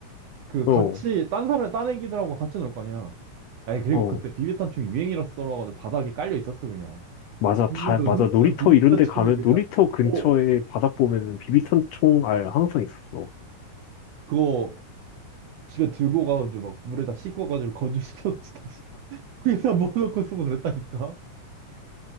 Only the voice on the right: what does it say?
그
같이 딴 사람 딴 애기들하고 같이 놀 거 아니야. 아니 그리고
그때 비비탄 총이 유행이라서라가지고 바닥에 깔려 있었어 그냥.
흥무든
흥무든
비비탄
총이
그냥
어
그거 집에 들고 가가지고 막 물에다 씻고가지고 건조시켜가지고 다시 <laughs> 거기다 뭐넣놓고 쓰고 그랬다니까.